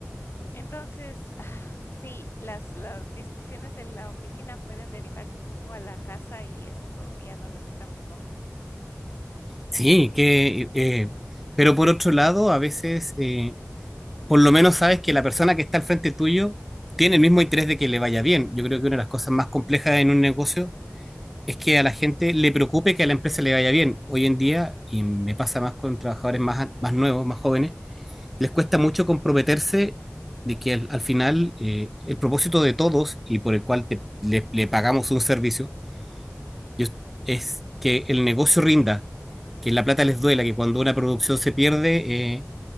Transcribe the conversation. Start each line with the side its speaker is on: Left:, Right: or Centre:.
Left: Entonces, ah, sí, las, las discusiones de la oficina pueden derivarse un poco a la casa y esto ya no resulta muy cómodo.
Centre: sí, que... eh, pero por otro lado, a veces... eh, por lo menos sabes que la persona que está al frente tuyo tiene el mismo interés de que le vaya bien. Yo creo que una de las cosas más complejas en un negocio es que a la gente le preocupe que a la empresa le vaya bien. Hoy en día, y me pasa más con trabajadores más, an- más nuevos, más jóvenes, les cuesta mucho comprometerse de que al, al final eh, el propósito de todos y por el cual te- le, le pagamos un servicio
Left: Ujú.
Centre: yo- es que el negocio rinda, que la plata les duela, que cuando una producción se pierde, eh,